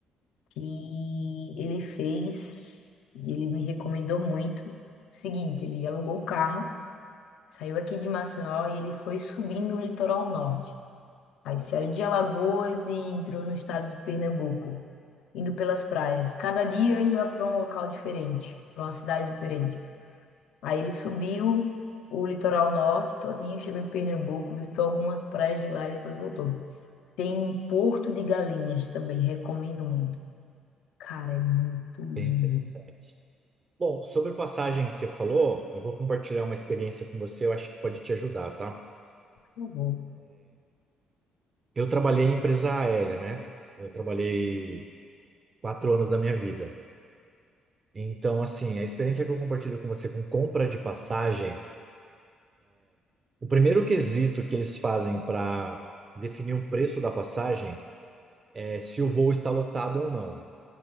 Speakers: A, on the left; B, on the right.
A: que ele fez, e ele me recomendou muito. O seguinte, ele alugou o carro, saiu aqui de Maceió e ele foi subindo o litoral norte. Aí saiu de Alagoas e entrou no estado de Pernambuco, indo pelas praias. Cada dia ia para um local diferente, para uma cidade diferente. Aí ele subiu o litoral norte todinho, chegou em Pernambuco, visitou algumas praias de lá e depois voltou. Tem Porto de Galinhas também, recomendo muito. Cara, é muito lindo.
B: Bem interessante. Bom, sobre passagem que você falou, eu vou compartilhar uma experiência com você, eu acho que pode te ajudar, tá?
A: Eu vou.
B: Eu trabalhei em empresa aérea, né? Eu trabalhei quatro anos da minha vida. Então, assim, a experiência que eu compartilho com você com compra de passagem, o primeiro quesito que eles fazem para definir o preço da passagem é se o voo está lotado ou não.